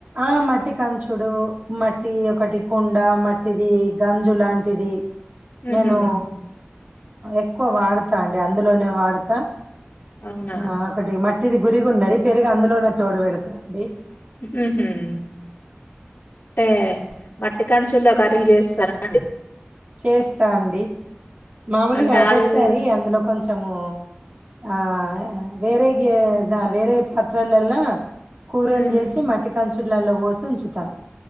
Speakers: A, on the right; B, on the left.
A: ఆ మట్టి కాంచు చూడు మట్టి ఒకటి కుండ మట్టిది గంజు లాంటిది
B: హుహు.
A: నేనూ ఎక్కువ వాడు తాండి అందులోనే వాడతా
B: అవునా?
A: ఆ ఒకటి మట్ ఇది గురిగున్నది పెరుగూ అందులోనే చూడ పెడతా అండి
B: ఉమ్ అంటే మట్టి కంచుల్లో కర్రలు చేస్తారా అండి
A: చేస్తా అండి మామూలుగా
B: అంటే
A: ఒక్కొక్కసారి
B: ఆయిలు
A: అందులో కొంచమూ ఆ వేరే గేదా వేరే పాత్రాలలో కూరల్
B: హ్మ్.
A: చేసి మట్టి కంచు చిలల్లో పోసి ఉంచుతా